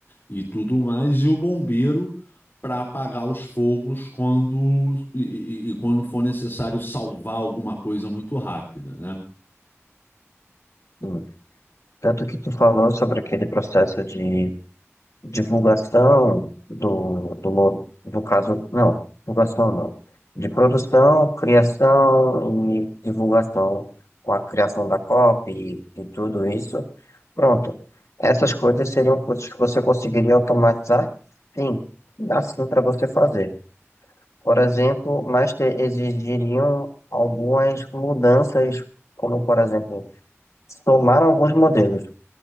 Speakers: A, on the left; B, on the left.
A: e tudo mais, e o bombeiro para apagar os fogos quando e, e- e quando for necessário salvar alguma coisa muito rápida, né?
B: Sim. Tanto que tu falou sobre aquele processo de divulgação do, do, lo- do caso, não, divulgação não, de produção, criação e divulgação, com a criação da copy e, e tudo isso. Pronto, essas coisas seriam coisas que você conseguiria automatizar? Sim, dá sim para você fazer. Por exemplo, mas te- exigiriam algumas mudanças, como por exemplo, somar alguns modelos,